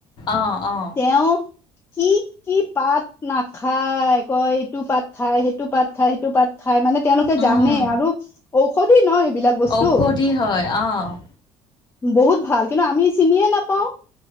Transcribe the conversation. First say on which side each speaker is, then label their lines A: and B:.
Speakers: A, on the left; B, on the left.
A: অঁ অঁ
B: তেওঁ- কি কি পাত নাখায়। কয় এইটো পাত খাই সেইটো পাত খায় সেইটো পাত- খাই। মানে তেওঁলোকে
A: উম,
B: জানে আৰু ঔষধি ন এইবিলাক বস্তু।
A: ঔষধি হয় অ'।
B: বহুত ভাল। কিন্তু, আমি চিনিয়ে নাপাওঁ।